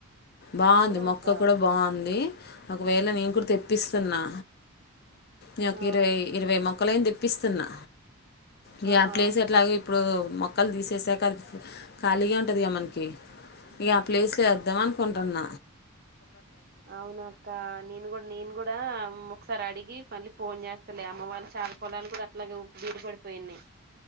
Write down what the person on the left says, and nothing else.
బాగుంది
మొక్క కూడా బాగుంది ఒకవేళ నేను కూడా తెప్పిస్తున్నా నాకు
ఇరవై ఇరవై మొక్కలయింది పిస్తున్నా ఇగ
ఆ ప్లేస్ ఎట్లాగు ఇప్పుడు మొ క్కలు తీసేసాక అది ఖాళీగా ఉంటది గా మనకి ఇగ ఆ ప్లేస్ లో వేద్దాం అనుకు న్ టున్న